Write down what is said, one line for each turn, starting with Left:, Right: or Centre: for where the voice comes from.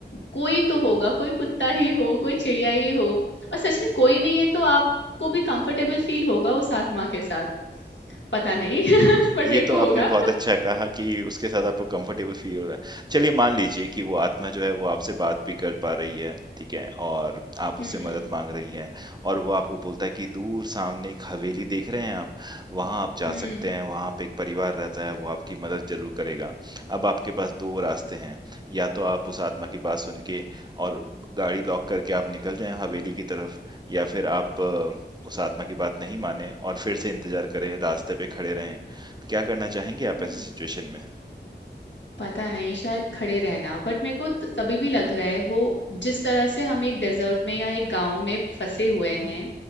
Left: कोई तो होगा कोई कुत्ता ही हो कोई चिड़िया ही हो और सच में कोई नहीं है तो आप को भी कंफर्टेबल फील होगा उस आत्मा के साथ पता नहीं <laughs> बट
Right: ये
Left: मेरे
Right: तो
Left: को
Right: आपने
Left: होगा
Right: बहुत अच्छा कहा कि उसके साथ आपको कंफर्टेबल फील हो रहा है। चलिए मान लीजिए कि वो आत्मा जो है वो आपसे बात भी कर पा रही है, ठीक है? और आप
Left: हम्म
Right: उससे मदद माँग रही हैं और वो आपको बोलता है कि दूर सामने एक हवेली देख रहे हैं आप? वहाँ आप जा
Left: हम्म
Right: सकते हैं, वहाँ पे एक परिवार रहता है, वो आपकी मदद ज़रूर करेगा। अब आपके पास 2 रास्ते हैं, या तो आप उस आत्मा की बात सुन के और गाड़ी लॉक करके आप निकल जाएँ हवेली की तरफ या फिर आप अ, उस आत्मा की बात नहीं मानें और फिर से इंतज़ार करें, रास्ते पे खड़े रहें। क्या करना चाहेंगे आप
Left: हम्म
Right: ऐसी सिचुएशन में?
Left: पता नहीं शायद खड़े रहना बट मेरे को त- तभी भी लग रहा है वो जिस तरह से हम एक डेजर्ट में या एक गांव में फंसे हुए हैं